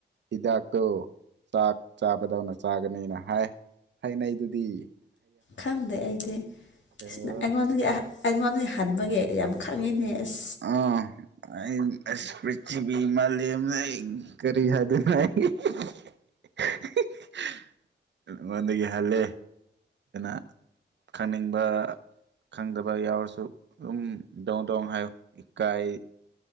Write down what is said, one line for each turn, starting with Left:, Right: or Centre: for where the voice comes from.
Right: ꯍꯤꯗꯥꯛꯇꯣ ꯆꯥꯛ ꯆꯥꯕꯗꯧꯅ ꯆꯥꯒꯅꯤꯅ ꯍꯥꯏ ꯍꯩꯅꯩꯗꯨꯗꯤ
Left: ꯈꯪꯗꯦ ꯑꯩꯗꯤ
Right: ꯑꯥ
Left: ꯑꯩꯉꯣꯟꯗꯒꯤ ꯑꯩꯉꯣꯟꯗꯒꯤ ꯍꯟꯕꯒꯤ ꯌꯥꯝ ꯈꯪꯉꯤꯅꯦ ꯑꯁ
Right: ꯑꯥ ꯑꯩ ꯑꯁ ꯄ꯭ꯔꯤꯊꯤꯕꯤ ꯃꯥꯂꯦꯝꯗ ꯑꯩ ꯀꯔꯤ ꯍꯥꯏꯗꯣꯢꯅꯣ ꯑꯩ ꯍꯤ ꯍꯤꯑꯩ ꯉꯣꯟꯗꯒꯤ ꯍꯜꯂꯦ ꯀꯅꯥ ꯈꯪꯅꯤꯡꯕ ꯈꯪꯗꯕ ꯌꯥꯎꯔꯁꯨ ꯑꯗꯨꯝ ꯗꯣꯡ ꯗꯣꯡ ꯍꯥꯏꯌꯨ ꯏꯀꯥꯏ